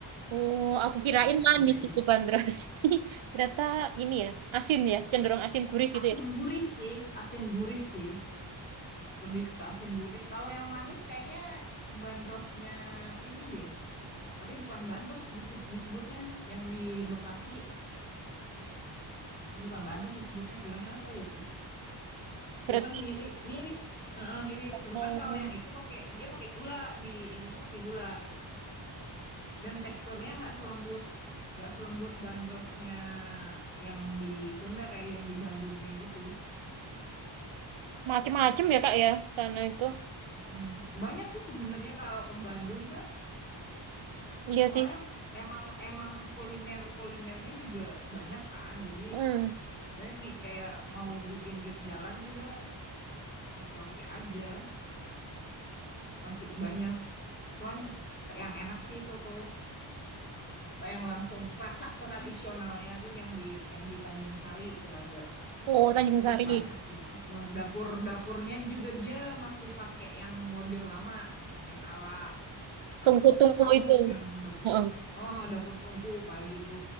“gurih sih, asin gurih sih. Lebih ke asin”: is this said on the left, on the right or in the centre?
Left